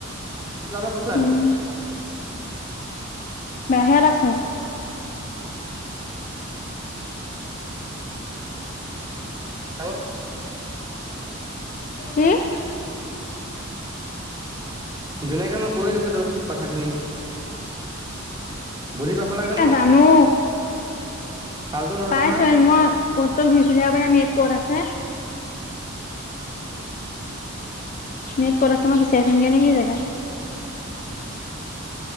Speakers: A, on the right; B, on the left.
A: তাপে কৈছাই
B: উম
A: মই
B: বাহিৰত আছো।
A: হেল্ল'।
B: কি?
A: ধুনীয়াকে মই কৈ দিছো তোক কথাখিনি বুজি পাব লাগে ন
B: এ
A: অলপ
B: জানো।
A: ফাল্টু নহয়
B: পাইছ
A: নহয়
B: মই অতত ঘূৰি ফু সুদিব পু নেট কত আছে? নেট কত আছে মই বিচাৰি সুংগে নেকি জেগা?